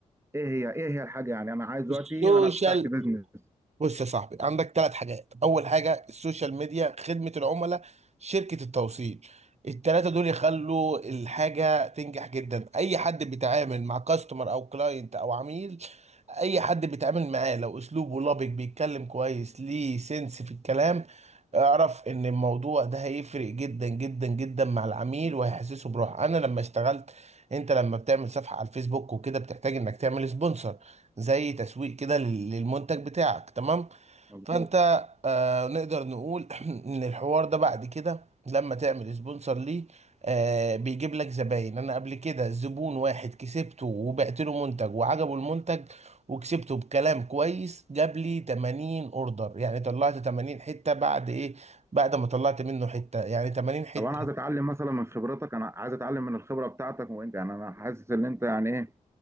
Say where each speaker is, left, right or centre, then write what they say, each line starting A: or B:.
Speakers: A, on the right; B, on the right.
A: ايه هي ايه هي الحاجه يعني انا عايز دلوقتي
B: السوشيال
A: انا فتحت بيزنس
B: بص يا صاحبي عندك ثلاث حاجات اول حاجه السوشيال ميديا خدمه العملاء شركه التوصيل الثلاثه دول يخلوا الحاجه تنجح جدا اي حد بيتعامل مع كاستمر او كلاينت او عميل اي حد بيتعامل معاه لو اسلوبه لبق بيتكلم كويس ليه سنس في الكلام اعرف ان الموضوع ده هيفرق جدا جدا جدا مع العميل وهيحسسه بروح انا لما اشتغلت انت لما بتعمل صفحه على الفيسبوك وكده بتحتاج انك تعمل سبونسر زي تسويق كده لل- للمنتج بتاعك تمام
A: مظبوط
B: فانت آه نقدر نقول <clears throat> ان الحوار ده بعد كده لما تعمل سبونسر ليه آه بيجيب لك زباين انا قبل كده زبون واحد كسبته وبعت له منتج وعجبه المنتج وكسبته بكلام كويس جاب لي 80 اوردر يعني طلعت 80 حتة بعد ايه بعد ما طلعت منه حتة يعني 80 حتة
A: طب انا عايز اتعلم مثلا من خبرتك انا عايز اتعلم من الخبره بتاعتك وانت يعني انا حاسس ان انت يعني ايه